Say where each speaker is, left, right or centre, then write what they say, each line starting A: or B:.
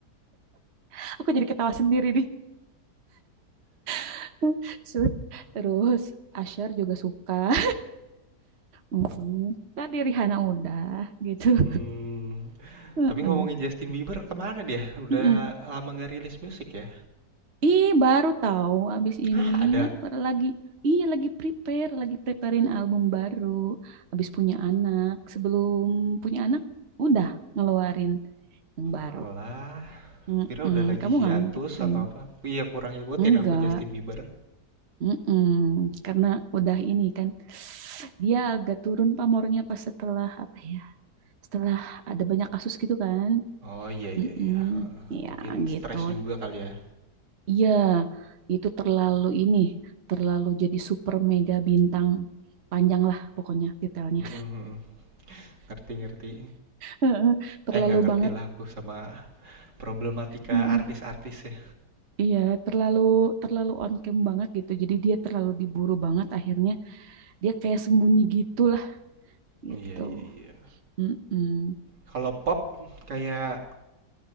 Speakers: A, on the right; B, on the right.
A: <laughs> Aku jadi ketawa sendiri nih. <laughs> Sud. Terus Asher juga suka. Mm-mm. Tadi Rihanna udah gitu.
B: Hmm,
A: Mm-mm.
B: tapi ngomongin Justin Bieber kemana dia? Udah
A: Mm-mm.
B: lama nggak rilis musik ya?
A: Ih, baru tahu abis ini
B: Hah, ada?
A: baru lagi iya lagi prepare, lagi preparein album baru abis punya anak. Sebelum punya anak udah ngeluarin yang baru.
B: Walah,
A: Mm-mm.
B: kira udah lagi
A: Kamu
B: hiatus
A: nggak ngikutin?
B: atau apa? Iya, kurang ngikutin
A: Enggak.
B: aku Justin Bieber.
A: Mm-mm. Karena udah ini kan <sighs> dia agak turun pamornya pas setelah apa ya? Setelah ada banyak kasus gitu kan.
B: Oh iya
A: Mm-mm.
B: iya iya. Heeh.
A: Ya
B: Mungkin
A: gitu.
B: stres juga kali ya.
A: Iya, itu terlalu ini, terlalu jadi super mega bintang panjang lah pokoknya titelnya.
B: Mm-mm, mm mm. Ngerti ngerti.
A: <laughs> Terlalu
B: Eh nggak ngerti
A: banget.
B: lah aku sama problematika
A: Heeh.
B: artis-artis ya.
A: Iya, terlalu terlalu on cam banget gitu. Jadi dia terlalu diburu banget akhirnya dia kayak sembunyi gitulah gitu.
B: Iya iya iya.
A: Mm-mm.
B: Kalau pop kayak